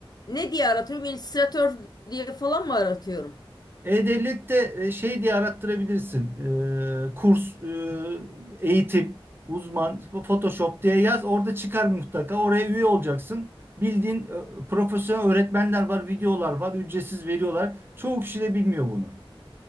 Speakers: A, on the left; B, on the right.
A: ne diye aratıyorum? İllüstratör diye falan mı aratıyorum?
B: E-Devlet'te e, şey diye arattırabilirsin. E, kurs, e, eğitim, uzman, Photoshop diye yaz. Orada çıkar mutlaka. Oraya üye olacaksın. Bildiğin e, profesyonel öğretmenler var, videolar var, ücretsiz veriyorlar. Çoğu kişi de bilmiyor bunu.